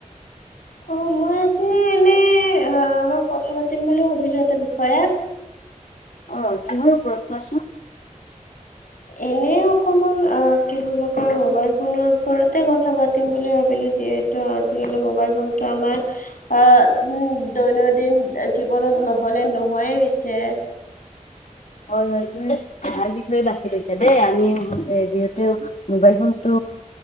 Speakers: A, on the left; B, on the left.
A: অ মই আজি <unintelligible> অলপ কথা পাতিম বুলি ভাব লোঁ এটা বিষয়ে।
B: অ'। কিহৰ ওপৰত কোৱাচোন?
A: এনে অকমান অ কি বুলি কয় মোবাইল ফোনৰ ওপৰতে কথা পাতিম বুলি ভাবিলো, যিহেতু আজিকালি মোবাইল ফোনটো আমাৰ আ উ দৈনদিন জীৱনত নহলে নোহোৱাই হৈছে।
B: হয় হয়। তুমি ভাল বিষয়ে বাছি লৈছে দেই আমি যিহেতু মোবাইল ফোনটো